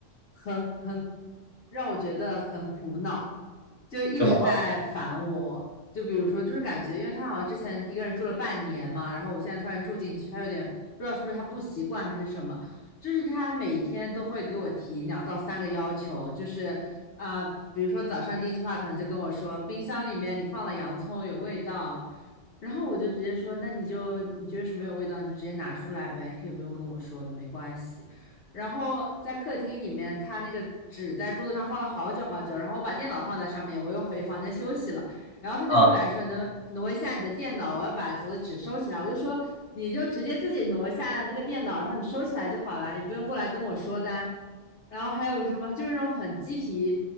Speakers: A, on the left; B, on the left.
A: 很很让我觉得很苦恼，就一直在烦我。
B: 怎么了？
A: 就比如说，就是感觉，因为他好像之前一个人住了半年嘛，然后我现在突然住进去，他有点不知道是不是他不习惯还是什么，就是他每天都会给我提两到三个要求，就是啊、比如说早上第一句话可能就跟我说冰箱里面你放了洋葱有味道，然后我就直接说那你就你觉得什么有味道你就直接拿出来呗，你可以不用跟我说的，没关系。然后在客厅里面，他那个纸在桌子上放了好久好久，然后我把电脑放在上面，我又回房间休息了。然后他就会来说，
B: 嗯
A: 能挪一下你的电脑，我要把我的纸收起来。我就说，你就直接自己挪一下那个电脑，然后你收起来就好了，你不用过来跟我说的啊然后还有什么，就是那种很鸡皮，